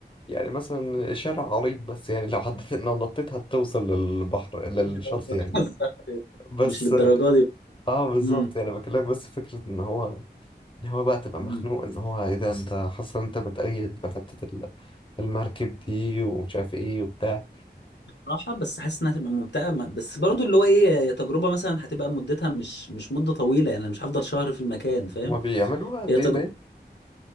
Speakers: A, on the left; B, on the left.
A: يعني مثلا شارع عريض بس يعني لو حددت إن نطيت هتوصل للبحر للشط
B: دي برضه ما
A: يعني
B: تهزرش.
A: بس
B: مش للدرجه دي
A: اه بالظبط
B: امم
A: يعني بكلمك بس فكرة إن هو إن هو بقى تبقى
B: امم
A: مخنوق إن هو إيه ده أنت حاسس إن أنت بتأيد بحتة ال- المركب دي ومش عارف إيه وبتاع
B: صراحه بس حاسس انها هتبقى ممتعه ما- بس برضه اللي هو ايه هي تجربه مثلا هتبقى مدتها مش مش مده طويله يعني أنا مش هفضل شهر في المكان فاهم
A: هما بيعملوها قد
B: هي تجربه
A: إيه ده؟